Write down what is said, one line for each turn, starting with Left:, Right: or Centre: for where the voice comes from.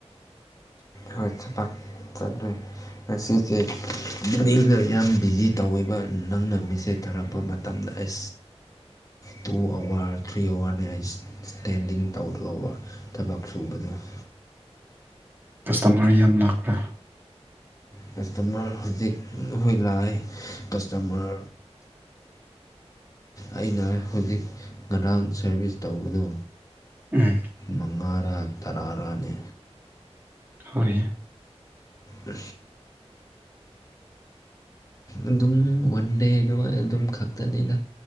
Left: ꯍꯠ ꯆꯄ ꯆꯠꯂꯦ ꯉꯁꯤꯁꯦ ꯄꯨꯛꯅꯤꯡꯅ ꯌꯥꯝ ꯕꯤꯖꯤ ꯇꯧꯋꯦꯕ ꯅꯪꯅ ꯃꯤꯁꯦꯖ ꯊꯥꯔꯛꯄ ꯃꯇꯝꯗ ꯑꯩ ꯇꯨ ꯑꯋꯥꯔ ꯊ꯭ꯔꯤ ꯑꯋꯥꯔꯅꯦ ꯑꯩ ꯏꯁꯇꯦꯟꯗꯤꯡ ꯇꯧꯕ ꯊꯕꯛ ꯁꯨꯕꯗꯨꯣ <inaudible>
Right: ꯀꯁꯇꯃꯔ ꯌꯥꯝ ꯂꯥꯛꯄ꯭ꯔꯥ
Left: ꯀꯁꯇꯃꯔ ꯍꯧꯖꯤꯛ ꯑꯩꯏ ꯂꯥꯛꯑ ꯀꯁꯇꯃꯔ ꯑꯩꯅ ꯍꯧꯖꯤꯛ ꯉꯔꯥꯡ ꯁꯥꯔꯚꯤꯁ ꯇꯧꯕꯗꯣ
Right: ꯎꯝ
Left: ꯃꯉꯥꯔꯥ ꯇꯔꯥꯔꯥꯅꯤ
Right: ꯍꯣꯏ
Left: ꯑ ꯑꯗꯨꯝ ꯋꯥꯟ ꯗꯦꯗ ꯑꯗꯨꯝ ꯈꯛꯇꯅꯤꯅ